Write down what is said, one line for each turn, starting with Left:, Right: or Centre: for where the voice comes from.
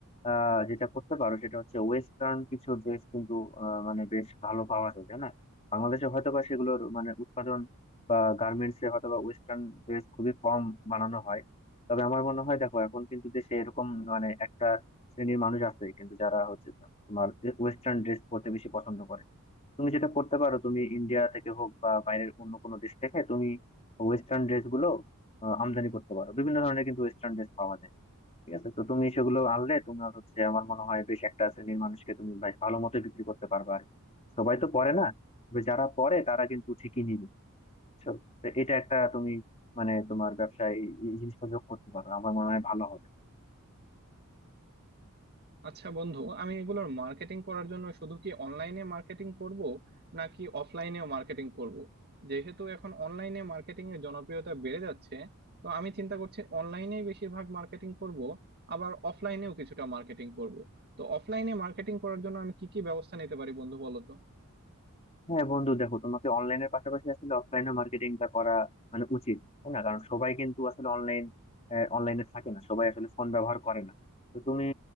Left: আহ, যেটা করতে পারো সেটা হচ্ছে ওয়েস্টার্ন কিছু ড্রেস কিন্তু আহ, মানে বেশ ভালো পাওয়া যায় তাই না বাংলাদেশে হয়তো বা সেগুলোর মানে উৎপাদন বা গার্মেন্টস এ হয়তো বা ওয়েস্টার্ন ড্রেস খুবই কম বানানো হয় তবে আমার মনে হয় দেখো এখন কিন্তু দেশে এরকম মানে একটা শ্রেণীর মানুষ আছে কিন্তু যারা হচ্ছে তোমার ওয়েস্টার্ন ড্রেস পরতে বেশি পছন্দ করে তুমি যেটা করতে পারো তুমি ইন্ডিয়া থেকে হোক বা বাইরের অন্য কোনো দেশ থেকে তুমি ওয়েস্টার্ন ড্রেস গুলো আহ, আমদানি করতে পারো বিভিন্ন ধরনের কিন্তু ওয়েস্টার্ন ড্রেস পাওয়া যায় ঠিক আছে তো তুমি সেগুলো আনলে তোমার হচ্ছে আমার মনে হয় বেশ একটা শ্রেণীর মানুষকে তুমি বেশ ভালো মতো বিক্রি করতে পারবে আর কি। সবাই তো পরে না তবে যারা পরে তারা কিন্তু ঠিকই নিবে বুঝছো? তো এটা একটা তুমি মানে তোমার ব্যবসায় এই এই জিনিসটা যোগ করতে পারো আমার মনে হয় ভালো হবে
Right: আচ্ছা বন্ধু আমি এগুলোর মার্কেটিং করার জন্য শুধু কি অনলাইনে মার্কেটিং করব নাকি অফলাইনেও মার্কেটিং করব যেহেতু এখন অনলাইনে মার্কেটিং এর জনপ্রিয়তা বেড়ে যাচ্ছে তো আমি চিন্তা করছি অনলাইনে বেশিরভাগ মার্কেটিং করব আবার অফলাইনেও কিছুটা মার্কেটিং করব তো অফলাইনে মার্কেটিং করার জন্য আমি কি কি ব্যবস্থা নিতে পারি বন্ধু বলো তো
Left: হ্যাঁ বন্ধু দেখো তোমাকে অনলাইনের পাশাপাশি আসলে অফলাইনে মার্কেটিংটা করা মানে উচিত তাই না কারণ সবাই কিন্তু আসলে অনলাইন অনলাইনে থাকে না সবাই আসলে ফোন ব্যবহার করে না তো তুমি